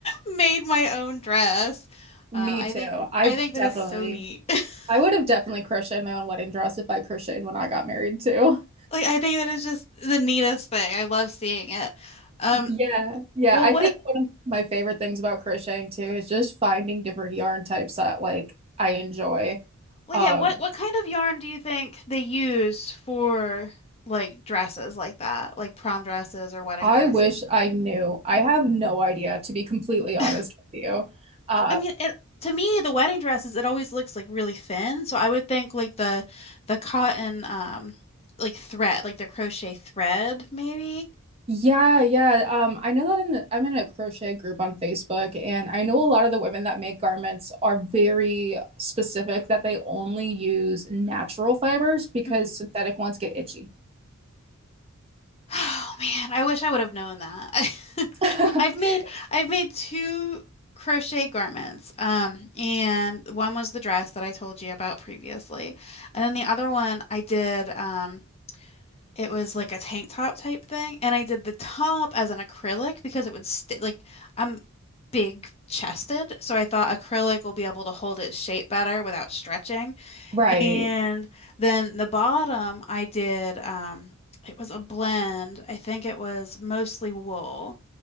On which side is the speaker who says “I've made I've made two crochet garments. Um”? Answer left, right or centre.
Left